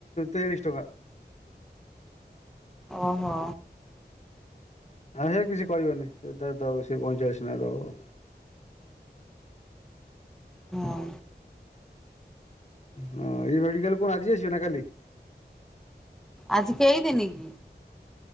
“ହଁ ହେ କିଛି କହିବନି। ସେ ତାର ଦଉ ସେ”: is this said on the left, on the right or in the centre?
Left